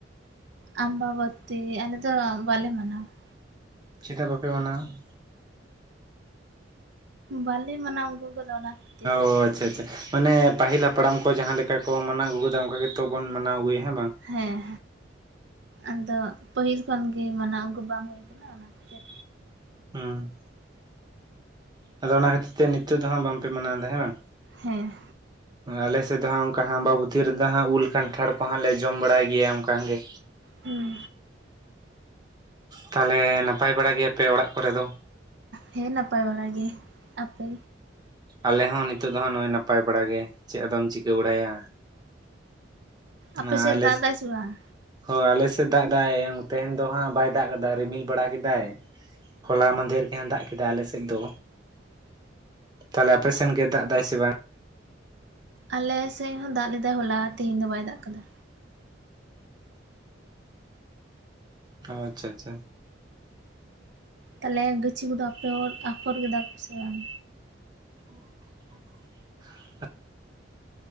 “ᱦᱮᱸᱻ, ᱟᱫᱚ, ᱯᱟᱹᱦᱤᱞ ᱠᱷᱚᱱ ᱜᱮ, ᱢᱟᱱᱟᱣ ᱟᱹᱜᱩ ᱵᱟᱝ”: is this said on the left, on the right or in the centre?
Right